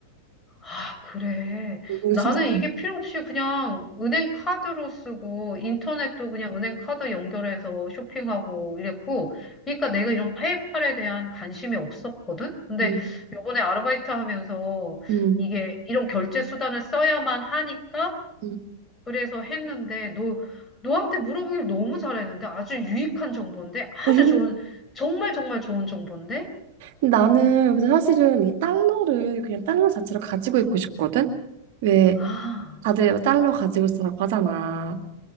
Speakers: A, on the left; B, on the right.
A: 아, 그래.
B: 음, 이거
A: 나는
B: 진짜,
A: 이게
B: 많이.
A: 필요 없이 그냥 은행 카드로 쓰고 인터넷도 그냥 은행 카드 연결해서 쇼핑하고 이랬고, 그러니까 내가 이런 페이팔에 대한 관심이 없었거든? 근데
B: 음,
A: 요번에 아르바이트 하면서
B: 음,
A: 이게 이런 결제 수단을 써야만 하니까
B: 음.
A: 그래서 했는데 너, 너한테 물어보길 너무 잘했는데 아주 유익한 정보인데 아주
B: <laughs>
A: 좋은, 정말 정말 좋은 정보인데?
B: 나는 근데 사실은 이 달러를 그냥 달러 자체로 가지고 있고 싶거든? 왜
A: 아.
B: 다들 달러 가지고 있으라고 하잖아.